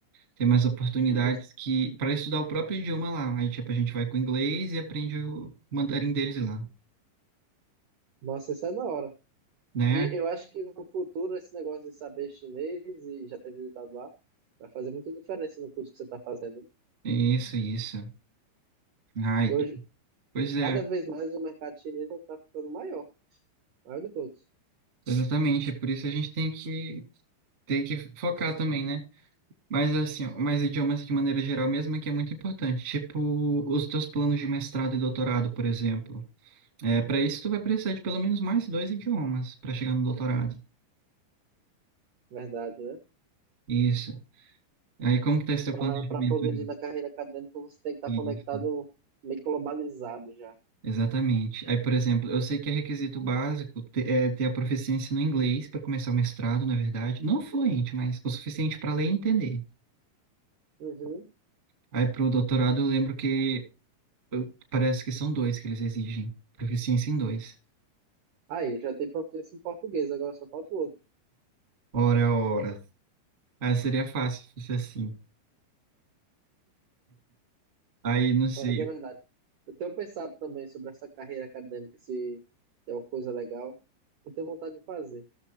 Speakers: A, on the right; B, on the right.
A: Tem mais oportunidades
B: E,
A: que para estudar o próprio idioma lá, aí tipo a gente vai com o inglês e aprende o mandarim deles lá,
B: Nossa, isso é da hora.
A: né?
B: E eu acho que no futuro esse negócio de saber chinês e já ter visitado lá vai fazer muita diferença no curso que você está fazendo. né?
A: Isso, isso. Ai,
B: E
A: tu-
B: hoje,
A: pois é,
B: cada vez mais o mercado chinês está ficando maior, maior de todos,
A: exatamente, é por isso a gente tem que tem que focar também, né? Mas assim, ó, mas idiomas de maneira geral mesmo é que é muito importante, tipo os teus planos de mestrado e doutorado, por exemplo. É, para isso tu vai precisar de pelo menos mais dois idiomas para chegar no doutorado.
B: verdade, né?
A: Isso. Aí, como que tá esse teu
B: Para
A: planejamento
B: progredir
A: aí?
B: na carreira acadêmica, você tem que estar
A: Isso,
B: conectado, meio que globalizado já.
A: exatamente. Aí, por exemplo, eu sei que é requisito básico ter, é, ter a proficiência no inglês para começar o mestrado, na verdade. Não fluente, mas o suficiente para ler e entender.
B: Uhum.
A: Aí, para o doutorado, eu lembro que eu- parece que são dois que eles exigem. Proficiência em dois.
B: Aí, já tem proficiência em português, agora só falta o outro.
A: Ora, ora. Ah, seria fácil se fosse assim. Aí, não sei.
B: Mas é
A: eu-
B: verdade. Eu tenho pensado também sobre essa carreira acadêmica, se, se é uma coisa legal. Eu tenho vontade de fazer.